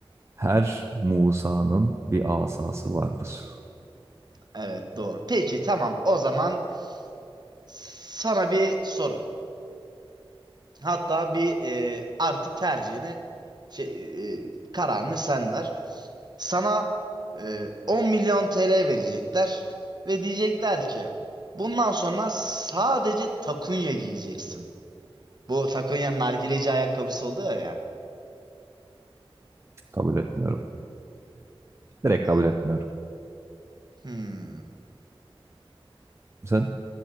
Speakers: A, on the right (about 30°); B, on the right (about 45°).
A: her Musa'nın bir asası vardır.
B: Evet doğru. Peki tamam o zaman sana bir soru. Hatta bir e, artık tercihini şey, e, kararını sen ver. Sana e, 10 milyon TL verecekler ve diyecekler ki bundan sonra sadece takunya giyeceksin. Bu Sakonya'nın nargileci ayakkabısı oluyor ya. ya.
A: Kabul etmiyorum. Direkt
B: A-
A: kabul etmiyorum.
B: Hmm.
A: Sen?